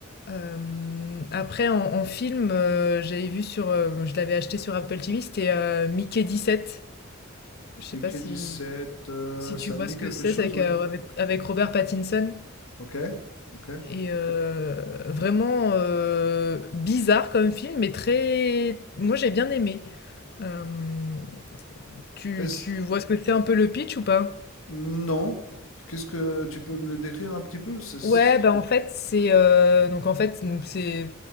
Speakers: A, on the left; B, on the left.
A: Hem, après en en film, heu, j'avais vu sur, heu, je l'avais acheté sur Apple TV, c'était, heu, Mickey sept Je sais
B: Mickey
A: pas si
B: 17, euh,
A: si
B: ça
A: tu vois
B: me dit
A: ce
B: quelque
A: que c'est?
B: chose,
A: C'est avec,
B: oui.
A: heu, avec avec Robert Pattinson.
B: Ok, ok.
A: Et heu, vraiment, heu, bizarre comme film, mais très moi j'ai bien aimé. Hem, tu
B: Est-ce-
A: tu vois ce que c'est un peu le pitch ou pas?
B: Non. Qu'est-ce que tu peux me le décrire un petit peu? C'est- c'est-
A: Ouais, bah en fait, c'est euh, donc en fait, donc c'est